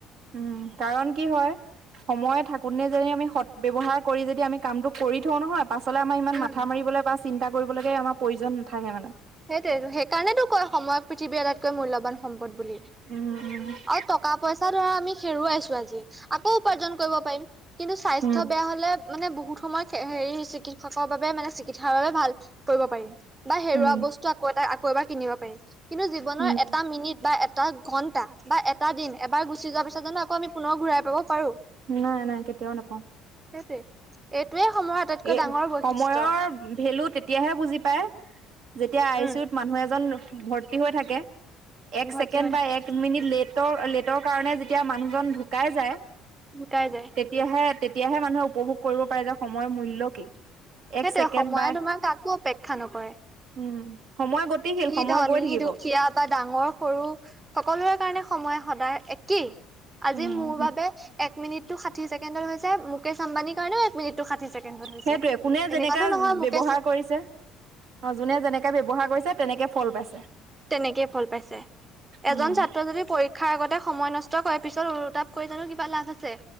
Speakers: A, on the right (about 60°); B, on the right (about 25°).
A: উম কাৰণ কি হয় সময়ে থাকোতে যদি আমি সৎ ব্যৱহাৰ কৰি যদি আমি কামটো কৰি থওঁ নহয় পাছলৈ আমাৰ ইমান
B: উম
A: মাথা মাৰিবলৈ বা চিন্তা কৰিবলৈগে আমাৰ প্ৰয়োজন নাথাকে মানে
B: সেইটো সেইকাৰণেতো কয় সময়ক পৃথিৱীৰ আটাইতকৈ মূল্যবান সম্পদ বুলি
A: উম
B: আৰু টকা পইচা ধৰা আমি হেৰুৱাইছো আজি আকৌ উপাৰ্জন কৰিব পাৰিম কিন্তু স্বাস্থ্য
A: উম
B: বেয়া হলে মানে বহুত সময় হেৰি চিকিৎসকৰ বাবে মানে চিকিৎসাৰ বাবে ভাল কৰিব পাৰিম বা হেৰুৱা
A: উম
B: বস্তু আকৌ এ আকৌ এবাৰ কিনিব পাৰি কিন্তু জীৱনৰ
A: উম
B: এটা মিনিট বা এটা ঘণ্টা বা এটা দিন এবাৰ গুচি যোৱাৰ পিছত জানো আকৌ আমি পুনৰ ঘূৰাই পাব পাৰো
A: নাই নাই কেতিয়াও নোপাওঁ
B: সেইটোৱে এইটোৱেই সমহৰ আটাইতকৈ
A: এই
B: ডাঙৰ বৈশিষ্ট্য
A: সময়ৰ ভেলু তেতিয়াহে বুজি পায় যেতিয়া আই
B: উম
A: চি ইউত মানুহ এজন ভৰ্তি হৈ থাকে এক
B: ভৰ্তি
A: ছেকেণ্ড
B: হৈ
A: বা
B: থাকে
A: এক মিনিট লেটৰ লেটৰ কাৰণে যেতিয়া মানুহজন ঢুকাই যায়
B: গুকাই যায় <unintelligible>
A: তেতিয়াহে তেতিয়াহে মানুহে উপভোগ কৰিব পাৰে যে সময়ৰ মূল্য কি এক
B: সেইটোৱে
A: ছেকেণ্ড
B: সময়ে
A: বা
B: তোমাক কাকো অপেক্ষা নকৰে
A: উম সময় গতিশীল
B: সি
A: সময়
B: ধনী
A: গৈ থাকিব
B: দুখীয়া বা ডাঙৰ সৰু সকলোৰে কাৰণে সময় সদায় একেই আজি
A: উম
B: মোৰ বাবে এক মিনি টো ষাঠি ছেকেণ্ড হৈছে মুকেশম্বানীৰ কাৰণেও এক মিনিট ষাঠি ছেকেণ্ডত হৈছে
A: সেইটোৱে কোনে
B: এনেকুৱাতো
A: যেনেকৈ
B: নহয় মুকেশ
A: ব্যৱহাৰ কৰিছে অ যোনে যেনেকৈ ব্যৱহাৰ কৰিছে তেনেকৈ ফল পাইছে
B: তেনেকেই ফল পাইছে এজন
A: উম
B: ছাত্ৰ যদি পৰ শ্ষাৰ আগতে সময় নষ্ট কৰাৰ পিছত উতাপ কৰি জানো কিবা লাভ আছে